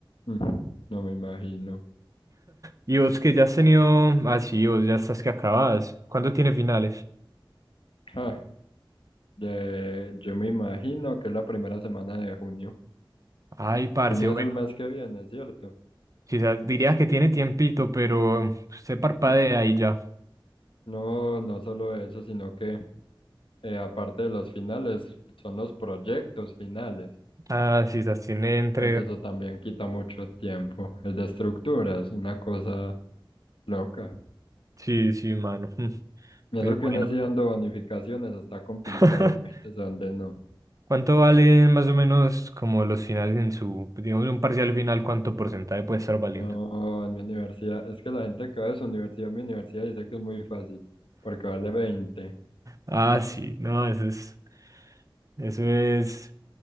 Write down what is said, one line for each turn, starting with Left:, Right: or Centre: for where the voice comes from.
Left: Mm, no me imagino.
Right: Y vos que ya has tenido, ah sí, vos ya estás que acabas. ¿Cuándo tiene finales?
Left: Ah, de- yo me imagino que es la primera semana de junio.
Right: Ay, parce,
Left: Junio
Right: bueno,
Left: es el mes que viene, ¿cierto?
Right: quizás diría que tiene tiempito, pero se parpadea
Left: Mm.
Right: y ya.
Left: No, no solo eso, sino que Eh, aparte de los finales, son los proyectos finales.
Right: Ah, quizás tiene entre...
Left: Entonces eso también quita mucho tiempo. El de estructuras, una cosa loca.
Right: Sí, sí, mano. <laughs> mm,
Left: Y
Right: Pero
Left: eso que
Right: bueno.
Left: uno así dando bonificaciones está complicado,
Right: <laughs>
Left: imagínese dónde no.
Right: ¿Cuánto valen más o menos como los finales en su, digamos, un parcial final, cuánto porcentaje puede estar valiendo?
Left: No, en mi universidad, es que la gente que va de su universidad a mi universidad dice que es muy fácil, porque vale veinte
Right: Ah, sí, no, eso es, eso es